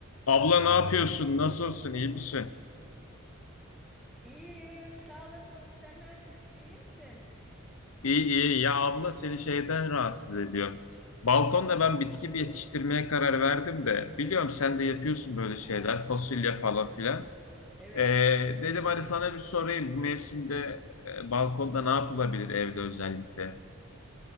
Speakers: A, on the left; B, in the centre.
A: Abla ne yapıyorsun? Nasılsın? İyi misin?
B: İyiyim, sağ olasın. Sen ne yapıyorsun? İyi misin?
A: İyi iyi. Ya abla seni şeyden rahatsız ediyor. Balkonda ben bitki bir yetiştirmeye karar verdim de biliyorum sen de yapıyorsun böyle şeyler
B: He,
A: fasulye falan
B: he.
A: filan.
B: Evet,
A: Ee,
B: yap.
A: dedim hadi sana bir sorayım bu mevsimde e, balkonda ne yapılabilir evde özellikle?